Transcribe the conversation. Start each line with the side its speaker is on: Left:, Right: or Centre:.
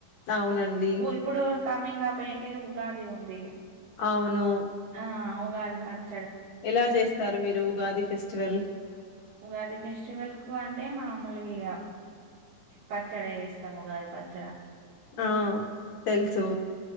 Left: అవునండి
Right: ఉ ఇప్పుడు కమింగ్ అప్ ఏంటిది ఉగాది ఉంది
Left: అవును
Right: ఆ ఉగాది పచ్చ
Left: ఎలా చేస్తారు మీరు Ugadi fest festival
Right: Ugadi festival కు అంటే మామూలుగా పచ్చడి చేస్తాము ఉగాది పచ్చడి
Left: ఆ తెలుసు